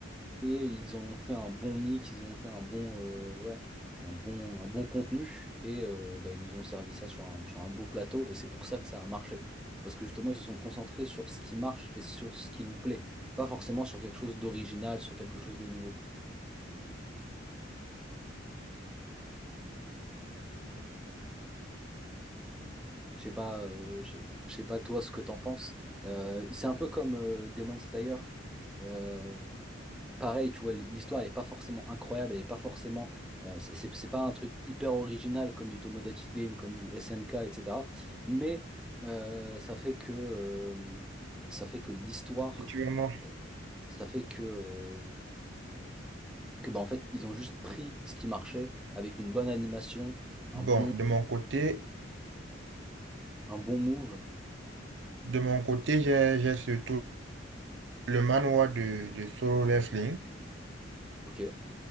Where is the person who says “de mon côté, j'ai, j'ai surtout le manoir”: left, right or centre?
Right